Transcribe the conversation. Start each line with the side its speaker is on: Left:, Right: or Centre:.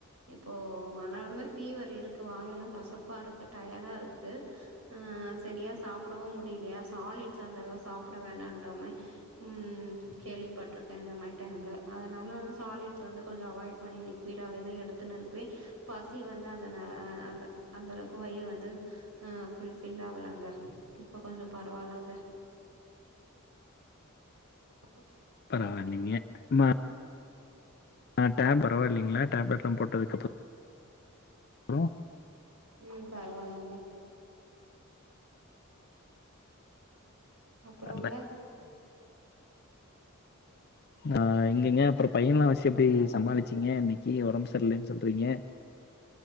Right: இப்போ ஆனாலுமே ஃபீவர் இருக்கு வாயெல்லாம் கசப்பா இருக்கு டயர்டா இருக்கு ம்ம் சரியா சாப்பிடவும் முடியலையா சாலிட்ஸ் அந்தளவு சா வேணான்ற மாயி உம் கேள்விப்பட்ருக்கேன் இந்த மாதிரி டைம்ல அதனால வந்து சாலிட் வந்து கொஞ்ச அவாய்ட் பண்ணி லிக்வீடாவே தான் எடுத்துன்னு இருக்கவே பசி வந்து அந்த ஆ, ஆ அந்த அளவுக்கு வயிற வந்து ஹ ஃபுல் ஃபில் ஆவளங்க இப்ப கொஞ்ச பரவாலங்க <inaudible>
Left: பரவாயில்லிங்க மா ஆ <unintelligible> பரவாயில்லைங்களா டேப்லட்ல்லாம் போட்டதுக்கப்பறம் உ
Right: உம் பரவாலங்க அப்புறங்க,
Left: வர்ல ஆஹ் எங்கங்க அப்புறம் பையன் வசி எப்படி சமாளிச்சீங்க இன்னைக்கி ஒடம்பு சரிலேன்னு சொல்றீங்க